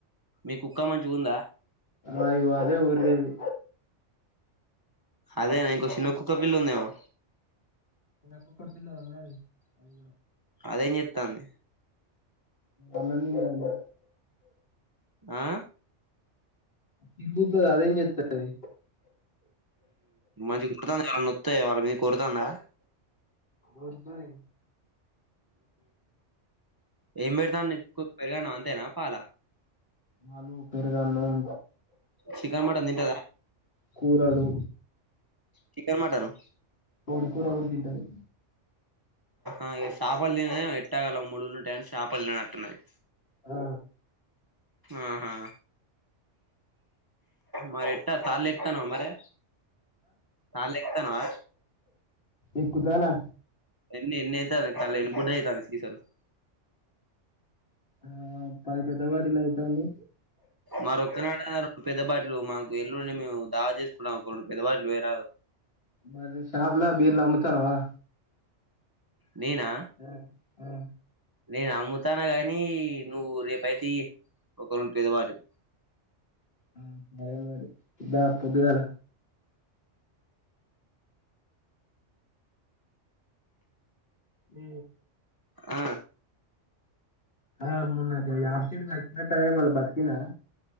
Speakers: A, on the right (about 20°); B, on the left (about 50°).
A: మీ కుక్క మంచిగా ఉందా
B: ఆ ఇగో అదే ఒరెది
A: అదేనా ఇంకో చిన్న కుక్క పిల్ల ఉందేమో
B: కుక్క పిల్ల ఉన్నది అది
A: అదేం చెస్తాంది
B: అన్నం తింటంది
A: ఆ
B: తిరుగుతది అదేం చెతది
A: మంచిగా కుడుతుంది ఎవలా నొతాయ వాళ్ళ మీకి ఓరు తందా
B: ఓరుతది
A: ఏం పెడతాను నీ కుక్కకు పెరుగా అన్నం అంతేనా పాల
B: పాలు పెరుగాన్నం
A: చికన్ మటన్ తింటదా
B: కూరలు
A: చికన్ మటను
B: కోడికూర కూడా తింటది
A: ఆ ఇగ చాపలు తినది ఎట్టగల ములులు ఉంటయి అని చాపలు తిన నట్టున్నది
B: ఆ
A: ఆహా మరి ఎట్ట తాల్ ఎకుతానువా మరె తాల్ ఎకుతానవా
B: ఎకుతనా
A: ఎన్ని ఎన్ని అయితాన్నాయి కాలేజ్ లు <unintelligible> అయితాంది <unintelligible>
B: ఆ పది పెద్ద బాటిల్ అయితాంది.
A: మరొక్కనాడ రెండు పెద్దబాటిలు మాకు ఎల్లుండి మేము దావత్ చేసుకుంటున్నాము ఒక రెండు పెద్దబాటిలు పోయి రాదు.
B: మరి షాపులో బీర్లు అమ్ముతాన్నావా?
A: నేనా?
B: ఆ ఆ
A: నేను అమ్ముతాన్నా గాని నువ్వు రేపుయితే ఈ ఒక రెండు పెద్ద బాటిల్.
B: ఆ సరేలే దా పొద్దుగాల. ఉ
A: ఆ
B: ఆ మొన్న గా యాప చెట్టు చచ్చినట్టేనా మళ్ళా బతికిందా?